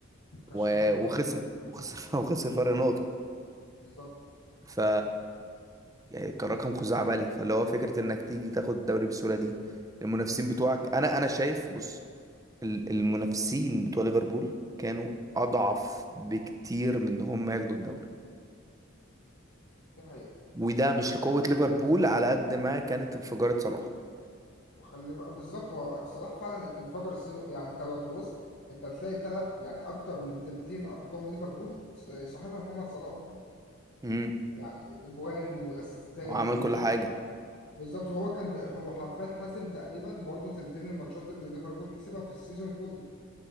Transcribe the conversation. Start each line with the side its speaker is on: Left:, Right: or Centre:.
Left: كانش
Right: و-
Left: بياخد الدوري
Right: وخسر وخسر <laughs> وخسر فرق نقطة
Left: بالظبط
Right: ف يعني كان رقم خزعبلي فاللي هو فكرة انك تيجي تاخد الدوري بالسهولة دي المنافسين بتوعك انا انا شايف بص ال- المنافسين بتوع ليفربول كانوا اضعف بكتير من ان هم ياخدوا الدوري
Left: دي حقيقة
Right: وده مش لقوة ليفربول على قد ما كانت انفجارة صلاح
Left: وخلي بقى بالظبط هو صلاح فعلا انفجر السيزون يعني انت لو تبص انت هتلاقي تلات يعني اكتر من تلتين ارقام ليفربول صاحبها محمد صلاح
Right: امم
Left: يعني اجوان واسيستات
Right: وعمل
Left: وماتشات
Right: كل حاجة
Left: بالظبط هو كان ب- هو حرفيا حاسم تقريبا برضو تلتين الماتشات اللي ليفربول كسبها في السيزون كله